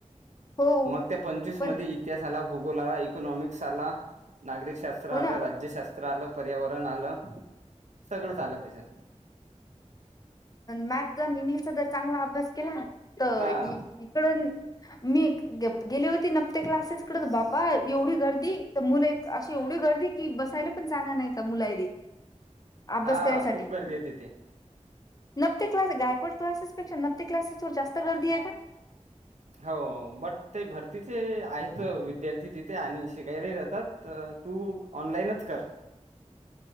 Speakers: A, on the left; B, on the right.
A: हो
B: मग त्या पंचवीस
A: पण
B: मध्ये इतिहास आला भूगोल आला इकॉनॉमिक्स आला नागरिकशास्त्र
A: हो
B: आलं
A: ना
B: राज्यशास्त्र आलं पर्यावरण आलं सगळंच आलं त्याच
A: मॅथ आणि इंग्लिशचा जर चांगला अभ्यास केला तर
B: हा
A: इकडून मी गेली होती नफ्ते क्लासेस कडे बापा एवढी गर्दी तर मुलं एक अशी एवढी गर्दी कि बसायला पण चांग नाही मुला अभ्यास
B: हां,
A: करायसाठी
B: खूप गर्दी आहे तिथे.
A: नते क्लास गायकवाड क्लासेस पेक्षा न्ते क्लासेसवर जास्त गर्दी आहे का
B: हो बट ते भरतीचे आहेत विद्यार्थी तिथे आणि शिकायलाही जातात तू ऑनलाईनच कर